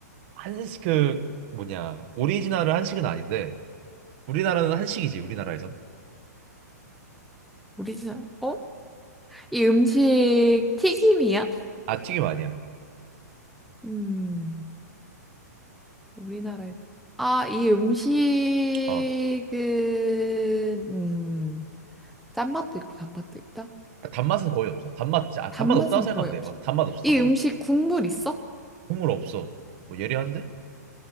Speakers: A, on the right; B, in the centre.
A: 한식 그 뭐냐 오리지널은 한식은 아닌데 우리나라는 한식이지 우리나라에선
B: 우리나라, 어? 이 음식 튀김이야?
A: 아 튀김 아니야.
B: 음, 우리나라에서. 아, 이 음식은,
A: 어
B: 음, 짠맛도 있고 단맛도 있다?
A: 단맛은 거의 없어. 단맛 아
B: 단맛은
A: 단맛 없다고 생각하면
B: 거의 없어.
A: 돼. 어, 단맛 없어,
B: 이
A: 단맛
B: 음식
A: 없어.
B: 국물 있어?
A: 국물 없어. 뭐 예리한데?